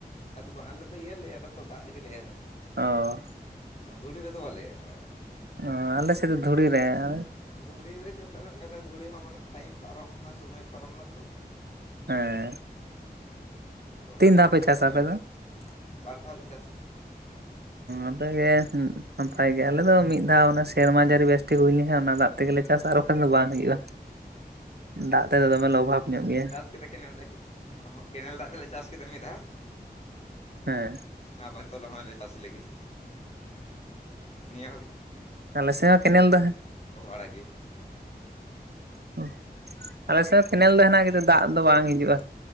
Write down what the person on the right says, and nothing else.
<unintelligible> ᱼᱼ
ᱚᱻ ᱟᱞᱮ ᱥᱮᱫ ᱫᱚ ᱫᱷᱩᱲᱤ ᱨᱮ ᱟᱹᱞ
ᱦᱮᱸ
ᱛᱤᱱ
ᱫᱷᱟᱣ ᱯᱮ
ᱪᱟᱥᱟ ᱟᱯᱮ
ᱟᱯᱮ ᱜᱮ ᱱᱟᱯᱟᱭ ᱜᱮ ᱟᱞᱮ ᱫᱚ ᱢᱤᱫ ᱫᱷᱟᱣ ᱥᱮᱨᱢᱟ ᱡᱟᱹᱲᱤ ᱵᱮᱥᱴᱷᱤᱠ ᱦᱩᱭ ᱞᱮᱱᱠᱷᱟᱱ ᱚᱱᱟ ᱫᱟᱜ ᱛᱮᱜᱮᱞᱮ ᱪᱟᱥᱟ ᱟᱨ ᱵᱟᱠᱷᱟᱱ ᱫᱚ ᱵᱟᱝ ᱦᱩᱭᱩᱜ-ᱟ ᱫᱟᱜ ᱛᱮᱫᱚ ᱫᱚᱢᱮᱞᱮ ᱚᱵᱷᱟᱵᱽ ᱧᱚᱜ ᱜᱮᱭᱟ
ᱦᱮᱸ
ᱟᱞᱮ ᱥᱮᱫ ᱦᱚ ᱠᱮᱱᱮᱞ ᱫᱚ
<unintelligible> ᱼᱼ ᱟᱞᱮᱥᱮᱫ ᱫᱚ ᱠᱮᱱᱮᱞ ᱫᱚ ᱦᱮᱱᱟᱜ-ᱟ ᱠᱤᱱᱛᱩ ᱫᱟᱜ ᱫᱚ ᱵᱟᱝ ᱦᱤᱡᱩᱜ-ᱟ